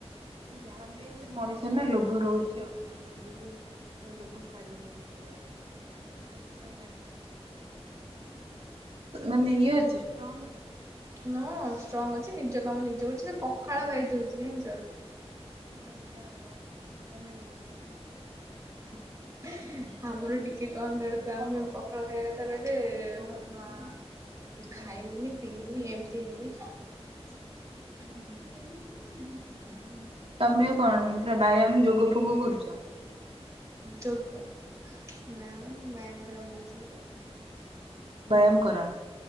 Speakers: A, on the right; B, on the right.
A: ଯାହା ବି ମଣିଷ ନା ଲୋଭ ରହୁଛି ଆଉ। ତ ଏବେ ବି ଲୋଭ ଛାଡିନି ନିଜ ସେଥିପାଇଁ ଆ ମାନେ ଇଏ ଅଛି। ରଙ୍ଗ
B: ହଁ ଷ୍ଟ୍ରଙ୍ଗ ଅଛି ନିଜ କାମ ନିଜ କରଛି ସେ ପଖାଳ ଖାଇଦଉଛି ଜାଣିଛ ନା।
A: ଭଜା ହଉ ଧନ୍ୟ ଗୁଡ଼ିବା ହଁ।
B: <unintelligible> ଆମର ଟିକେ କହିଲା ବେଳକୁ ଆମେ ପଖାଳ ଖାଇବା କଥା କହିଲେ ନା। ଖାଇମିନି ପିଇମିନି ଏମିତି ଏମିତି <unintelligible>
A: ହୁଁ ତମେ କଣ ପ୍ରା ବ୍ୟାୟାମ ଯୋଗ ଫୋଗ କରୁଛ।
B: ଯୋଗ ନା ମୁଁ ବୟାମ ଫୟମ ହେଉଛି କରେନି।
A: ବ୍ୟାୟାମ କର।